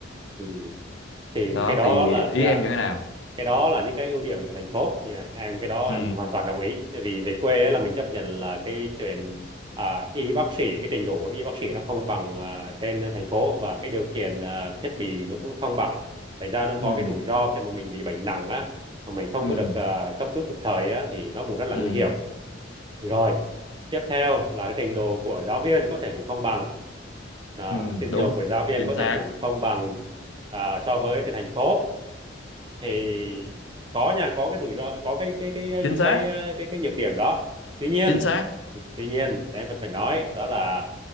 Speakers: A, on the right (about 25°); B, on the left (about 75°).
A: Ừ. Thì
B: đó
A: cái đó
B: thì
A: là
B: ý
A: dạ
B: em như thế nào
A: cái đó là những cái ưu điểm của thành phố Nhà- em cái đó
B: ừ
A: em hoàn toàn đồng ý tại vì về quê á, là mình chấp nhận là cái chuyện à, y bác sĩ cái trình độ của y bác sĩ nó không bằng à, trên thành phố và cái điều kiện à, thiết bị nó cũng không bằng thành ra nó
B: ừ
A: có cái rủi ro khi mà mình bị bệnh nặng á mà mình không
B: ừ
A: có được à, cấp cứu kịp thời á thì nó cũng rất là
B: ừ
A: nguy hiểm rồi tiếp theo là cái trình độ của giáo viên có thể cũng không bằng à,
B: ừ
A: trình
B: đúng
A: độ của giáo viên
B: chính
A: có
B: xác
A: thể cũng không bằng à, so với cái thành phố thì có nha có cái rủi ro có cái cái cái ờ, những
B: chính xác
A: cái ờ, cái cái nhược điểm đó tuy nhiên
B: chính xác
A: tuy nhiên em vẫn phải nói đó là